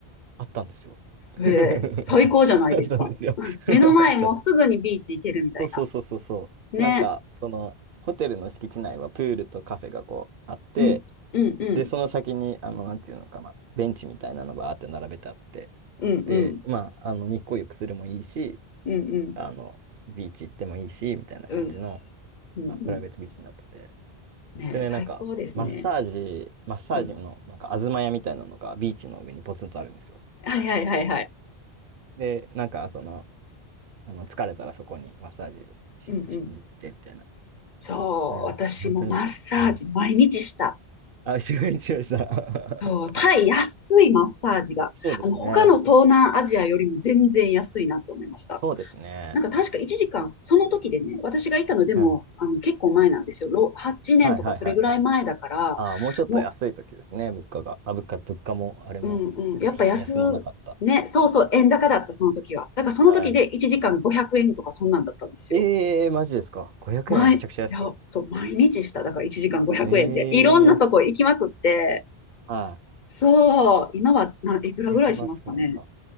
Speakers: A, on the right (about 60°); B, on the left (about 55°).
A: あったんですよ。<laughs>
B: ええ、最高じゃないですか。
A: あったんですよ。
B: <laughs> 目の前もうすぐにビーチ行けるみたいな。
A: <laughs> あったんですよ。そうそうそうそう。
B: ね。
A: なんか、その、ホテルの敷地内はプールとカフェがこうあって、
B: うん。うんうん。
A: で、その先に、あの、なんていうのかな、ベンチみたいなのがあって並べてあって、
B: うんうん。
A: で、まあ、あの、日光浴するもいいし、
B: うんうん。
A: あの、ビーチ行ってもいいし、みたいな感じの、
B: うんうん。
A: まあ、プライベートビーチになってて。
B: うんねえ、
A: でね、
B: 最高ですね。
A: なんか、マッサージ、マッサージの、
B: うん。
A: なんか、東屋みたいなのがビーチの上にポツンとあるんですよ。
B: はいはいはいはい。
A: で、なんか、その、あの疲れたらそこにマッサージし、
B: うんうん。
A: しに行ってみたいな。
B: そう、
A: ね、なんか、
B: 私もマッサージ毎日した。
A: 本当に。はい。あ、一応、一応した。
B: そう、
A: <laughs>
B: タイ安いマッサージが、
A: そうですね。
B: あの、他の東南アジアよりも全然安いなって思いました。
A: そうですね。
B: なんか確か1時間、その時でね、私がいたのでも、
A: うん。
B: あの、結構前なんですよ。ろ8年とかそれぐらい前だから、
A: はいはいはいはい。ああ、もうちょっと安い時ですね、
B: も
A: 物価が。あ、物価、物価も、あれも、
B: う、うんうん、
A: 円安もなかった。
B: やっぱ安、ね、そうそう、円高だった、その時は。だからその時で1時間500円とかそんなんだったんですよ。
A: はい。ええー、マジですか。500円はめちゃくちゃ安い。
B: 毎いや、そう、毎日した。だから1時間500円で。
A: ええー、
B: いろんなとこ行きまくって、
A: はい。
B: そう、今はな、
A: そうか、
B: いくらぐらいしますかね。
A: 200バーツぐらいか。